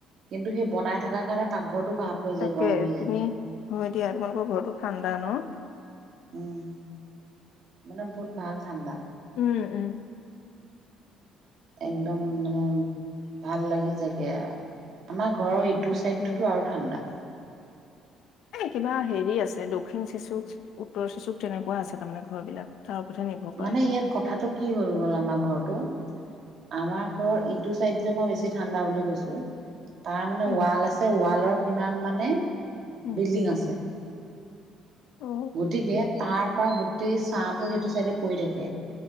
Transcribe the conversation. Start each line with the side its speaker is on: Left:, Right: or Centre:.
Right: কিন্তু সেই বনাই থকাৰ কাৰণে পাকঘৰটো। ভাপ হৈ যায়
Left: তাকে
Right: গৰম হৈ যায়
Left: তুমি হযয় দিয়া তোমালোকৰ ঘৰতো ঠাণ্ডা ন'
Right: উম মানে বহুত ভাল ঠাণ্ডা।
Left: উম- উম
Right: একদম মানে ভাল লাগি যায় গে আমাৰ ঘৰ। ঘৰৰ ইটো
Left: তাকে
Right: ছাইডটোতো আৰু ঠাণ্ডা।
Left: এ কিবা হেৰি আছে দক্ষিণ চেচুক উত্তৰ চেচুক তেনেকুৱা আছে তাৰমানে ঘৰ বিলাক। তাৰ ওপৰতহে নিৰ্ভৰ কৰে
Right: মানে ইয়াত কথাটো কি হ'ল গ'ল আমাৰ ঘৰটো আমাৰ ঘৰ ইটো চাইড। যে মই বেছি ঠাণ্ডা বুলি কৈছো তাৰ মানে
Left: উম
Right: ৱাল আছে ৱালৰ কিমান মানে।
Left: উম
Right: বিল্ডিং আছে।
Left: অ
Right: গতিকে তাৰ পৰা গোটেই ছাঁটো সেইটো চাইডে পৰি থাকে।